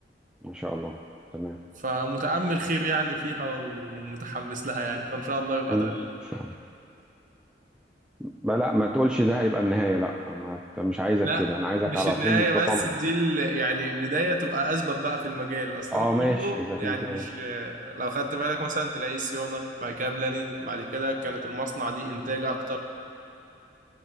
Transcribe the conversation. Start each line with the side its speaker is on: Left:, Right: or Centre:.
Centre: ما شاء الله تمام
Right: فمتأمل خير يعني فيها ومتحمس لها يعني فإن شاء الله يبقى
Centre: ان
Right: ده
Centre: شاء الله لا لا ما تقولش ده هيبقى النهاية لا ما ت- مش عايزك
Right: لا
Centre: كده انا عايزك
Right: مش
Centre: على
Right: النهاية
Centre: طول متطلع
Right: بس دي ال... يعني بداية تبقى أسبب بقى في المجال أصل
Centre: اه
Right: أنا كله
Centre: ماشي اذا كان
Right: يعني
Centre: كده
Right: مش
Centre: ماشي
Right: لو خدت بالك مثلا تلاقي صيانة بعد كده بلاننج بعد كده كانت المصنع دي إنتاج أكتر <laughs>